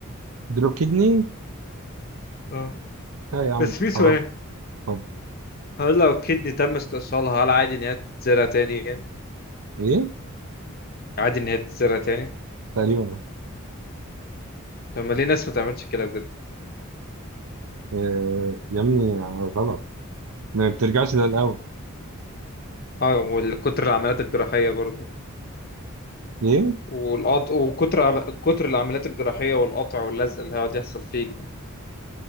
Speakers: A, on the right (about 80°); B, on the left (about 45°).
A: دروب كدني
B: اه
A: لا يا عم
B: بس في سؤال
A: حرام طب
B: هل لو كدني تم استئصالها هل عادي ان هي تتزرع تاني يعني
A: إيه
B: عادي ان هي تتزرع تاني
A: تقريبا
B: طب ما ليه ناس ما تعملش كده بجد
A: آه يا ابني غلط ما بترجعش للأول
B: اه والكتر العمليات الجراحيه برضه
A: ليه
B: والقط... وكتر كتر العمليات الجراحية والقطع واللزق اللي هيقعد يحصل فيك ده